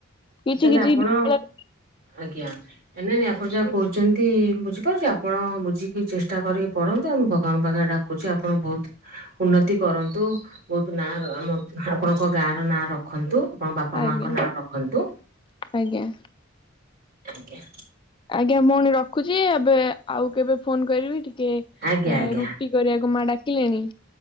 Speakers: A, on the left; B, on the right.
A: କିଛି
B: ତାହେଲେ
A: କିଛି
B: ଆପଣ
A: ବିଦ୍ୟାଳୟ
B: ଆଜ୍ଞା ନାଇ ନାଇ ଆପଣ ଯାହା କହୁଚନ୍ତି ବୁଝିପାରୁଚି ଆପଣ ବୁଝିକି ଚେଷ୍ଟା କରିକି ପଢ଼ନ୍ତୁ ମୁ ଭଗବାନଙ୍କ ପାଖେ ଡ଼ା କୁଚି ଆପଣ ବହୁତ ଉନ୍ନତି କରନ୍ତୁ ବହୁତ ନାଁ ଆମ ଆପଣଙ୍କ ଗାଁ ର ନାଁ ରଖ ରଖନ୍ତୁ ଆପଣ ବାପା
A: ଆଜ୍ଞା
B: ମାଙ୍କ ନାଁ ରଖନ୍ତୁ।
A: ଆଜ୍ଞା।
B: ଆଜ୍ଞା।
A: ଆଜ୍ଞା ଭଉଣି ରଖୁଛି ଏବେ ଆଉ କେବେ ଫୋନ କରିବି ଟିକେ
B: ଆଜ୍ଞା ଆଜ୍ଞା
A: ରୁଟି କରିବାକୁ ମା ଡାକିଲେଣି।